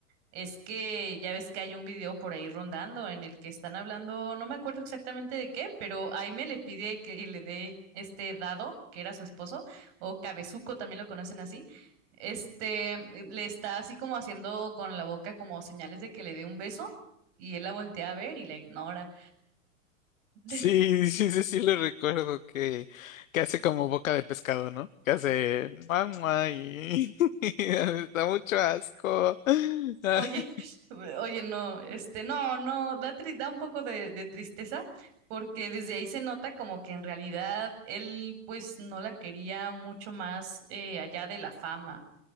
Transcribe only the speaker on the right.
es que ya ves que hay un video por ahí rondando en el que están hablando, no me acuerdo exactamente de qué, pero Aime le pide que le dé este Dado, que era su esposo, o Cabezuco, también lo conocen así. Este le está así como haciendo con la boca como señales de que le dé un beso y él la voltea a ver y la ignora. <laughs>
Oye, <laughs> oye, no, este, no, no, da, tri- da un poco de, de tristeza porque desde ahí se nota como que en realidad él pues no la quería mucho más eh, allá de la fama.